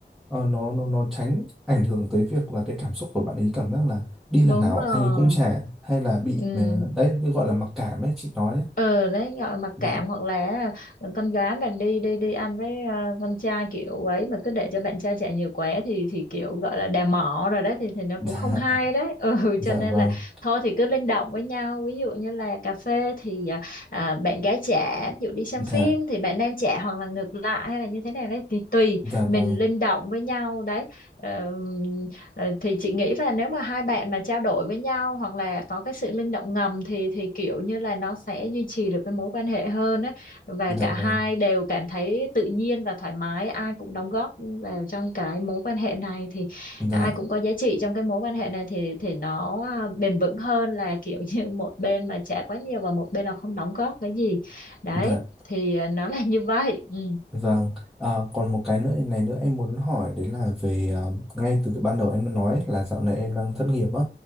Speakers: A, in the centre; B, on the left.
A: ờ, nó nó nó tránh ảnh hưởng tới việc là cái cảm xúc của bạn ấy cảm giác là đi
B: đúng
A: lần nào
B: rồi
A: anh ấy cũng trả hay là bị
B: ừ
A: ờ, đấy như gọi là mặc cảm ấy chị nói ấy.
B: ờ đấy gọi mặc
A: dạ
B: cảm
A: <laughs>
B: hoặc là con gái mà đi đi đi ăn với à, con trai kiểu ấy mà cứ để cho bạn trai chạy nhiều quá thì thì kiểu gọi là đào mỏ rồi đấy thì thì nó
A: dạ
B: cũng không hay đấy <laughs> ừ
A: dạ
B: cho nên
A: vâng
B: là thôi thì cứ linh động với nhau ví dụ như là cà phê thì à, à, bạn gái trả ví dụ đi xem
A: dạ
B: phim thì bạn nam trả hoặc là ngược lại hay là như thế nào đấy thì tùy
A: dạ
B: mình
A: vâng
B: linh động với nhau đấy Ờ, Ờ, thì chị nghĩ là nếu mà hai bạn mà trao đổi với nhau hoặc là có cái sự linh động ngầm thì thì kiểu như là nó sẽ duy trì được cái mối quan hệ hơn á và
A: dạ
B: cả hai
A: vâng
B: đều cảm thấy tự nhiên và thoải mái ai cũng đóng góp vào trong cái mối quan hệ này thì
A: dạ
B: ai cũng có giá trị trong cái mối quan hệ này thì thì nó à, bền vững hơn là kiểu như <laughs> một bên mà trả quá nhiều và một bên là không đóng góp cái gì đấy
A: dạ
B: thì à, nó là như vậy ừ
A: vâng Ờ, còn một cái nữa này nữa em muốn hỏi đấy là về ờ, ngay từ cái ban đầu em đã nói ấy, là dạo này em đang thất nghiệp á